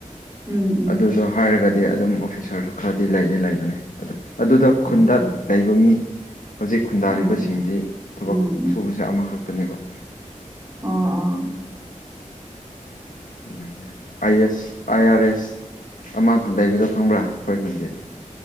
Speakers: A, on the right; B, on the left.
A: ꯎꯝ ꯎꯝ ꯎꯝ ꯎꯝ
B: ꯑꯗꯨꯗ‌ꯣ ꯍꯥꯏꯔꯒꯗꯤ ꯑꯗꯨꯝ ꯑꯣꯐꯤꯁꯥꯔꯁꯨ ꯈꯔꯗꯤ ꯂꯩꯗꯤ ꯂꯩꯕꯅꯤ ꯑꯗ ꯑꯗꯨꯗ
A: ꯑꯣ
B: ꯈꯨꯟꯗ
A: ꯎꯝ
B: ꯂꯩꯕ ꯃꯤ ꯍꯧꯖꯤꯛ ꯈꯨꯟꯗꯥꯔꯤꯕꯁꯤꯡꯗꯤ
A: ꯎꯝ ꯎꯝ
B: ꯊꯕꯛ
A: ꯎꯝ ꯎꯝ
B: ‌ꯁ‌ꯦ ꯑꯃꯈꯛꯇꯅꯦꯕ
A: ꯑꯣ ꯑꯣ <inaudible>
B: <unintelligible> ꯑꯥꯏ ꯑꯦꯁ ꯑꯥꯏ ꯑꯥꯔ ꯑꯦꯁ ꯑꯃ ꯂꯩꯕꯗꯣ ꯈꯪꯕ꯭ꯔꯥ ꯑꯩꯈꯣꯏ ꯈꯨꯟꯒꯤ